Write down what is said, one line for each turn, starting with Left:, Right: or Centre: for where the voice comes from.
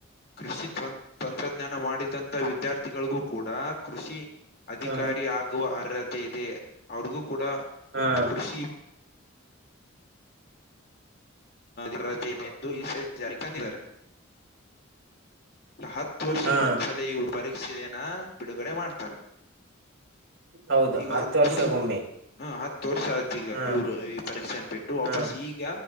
Left: ಕೃಷಿ ತಂ ತಂತ್ರಜ್ಞಾನ ಮಾಡಿದಂತ ವಿದ್ಯಾರ್ಥಿಗಳಿಗೂ ಕೂಡ ಕೃಷಿ ಅಧಿಕಾರಿ
Right: ಹಾ
Left: ಆಗುವ ಅರ್ಹತೆ ಇದೆ ಅವ್ರಿಗೂ ಕೂಡ
Right: ಹಾ
Left: ಕೃಷಿ ಅರ್ಹತೆ ಇದೆ ಎಂದು ಈ <unintelligible> ಜಾರಿಗೆ ತಂದಿದ್ದಾರೆ. ಹತ್ತು ವರ್ಷಕ್ಕೊಂದ್ಸಲ
Right: ಹಾ
Left: ಇವರು ಪರೀಕ್ಷೆಯನ ಬಿಡುಗಡೆ ಮಾಡ್ತಾರೆ
Right: ಹೌದು
Left: ಈಗ ಹತ್ತು
Right: ವರ್ಷಗೊಮ್ಮೆ
Left: ವರ್ಷಕ್ಕೆ ಒಂದ್ ಹ ಆತ್ ವರ್ಷ ಆಯ್ತ್ ಈಗ
Right: ಹಾ
Left: ಇವ್ರು ಈ ಪರೀಕ್ಷೆನ್ ಬಿಟ್ಟು ವಾಪಸ್
Right: ಹಾ
Left: ಈಗ